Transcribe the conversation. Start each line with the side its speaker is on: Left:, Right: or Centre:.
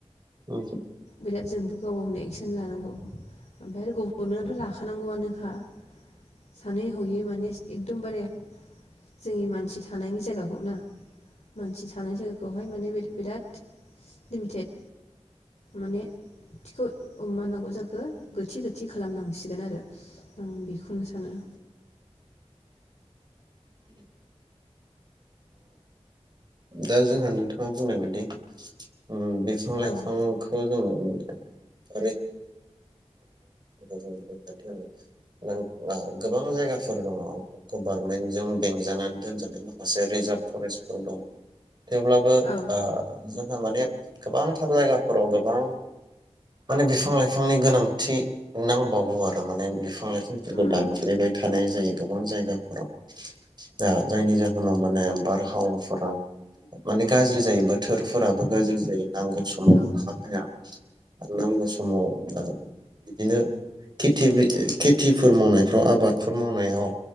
Right: उम
Left: <unintelligible> एक्सन लानांगौ ओमफ्राय आरो गभारनमेन्टआथ लाखानांगौआनोखा सानै हयै माने एकदमबारे जोंनि मानसि थानायनि जायगाखौ ना मानसि थानायनि जायगाखौहाय माने बिराद लिमिटेद माने थिखो <unintelligible> नांगौ जाखो गोथि गोथि खालामनांसिगोन आरो आं बेखौनो सानो।
Right: दा जोंहा नोंथाङा बुंनाय बायदि उम बिफां लाइफांखौ
Left: औ
Right: जोङो रैखाथि होनांगोन <unintelligible> जों रैखाथि होनांगोन <unintelligible> गोबां जायगाफोर दङ गभारमेन्टजों बेंजानानै दोनजानाय माखासे रिजार्भ फरेस्टफोर दं। थेवब्लाबो
Left: औ
Right: ओ जोंहा माने गोबांथार जायगाफोराव गोबां माने बिफां लाइफांनि गोनांथि नांबावौ आरो माने बिफां लाइ फुरखौ
Left: उम
Right: दानफायबाय हानाय जायो गोबां जायगाफोराव दा जायनि जाहोनाव माने बारहावाफोरा माने गाज्रि जायो बोथोरफोराबो गाज्रि जायो। नांगौ समाव
Left: औ
Right: <unintelligible> नांगौ समाव बिदिनो खेथि-खेथिफोर मावनायफ्राव आबादफोर मावनायाव